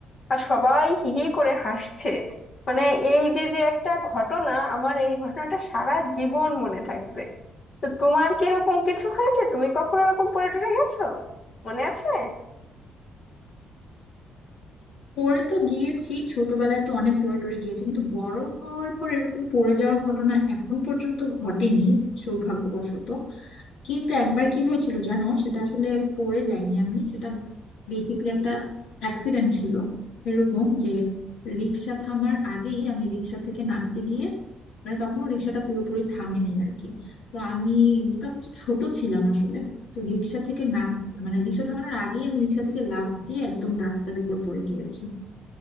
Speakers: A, on the left; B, on the left.
A: আর সবাই হি হি করে হাসছে মানে এই যে যে একটা ঘটনা আমার এই ঘটনাটা সারা জীবন মনে থাকবে তো তোমার কি এরকম কিছু হয়েছে তুমি কখনো এরকম পড়ে টরে গেছো মনে আছে
B: পড়ে তো গিয়েছি ছোটবেলায় তো অনেক পড়ে টরে গিয়েছি কিন্তু বড় হওয়ার পর এরকম পড়ে যাওয়ার ঘটনা এখন পর্যন্ত ঘটেনি সৌভাগ্যবশত কিন্তু একবার কি হয়েছিল জানো সেটা আসলে পড়ে যায়নি আমি সেটা বেসিক্যালি একটা অ্যাক্সিডেন্ট ছিল এরকম যে রিক্সা থামার আগেই আমি রিক্সা থেকে নামতে গিয়ে মানে তখনও রিক্সাটা পুরোপুরি থামেনি আর কি তো আমি তখন তো ছোট ছিলাম আসলে তো রিক্সা থেকে নাম মানে রিক্সা থামানোর আগেই আমি রিক্সা থেকে লাফ দিয়ে একদম রাস্তার উপর পড়ে গিয়েছি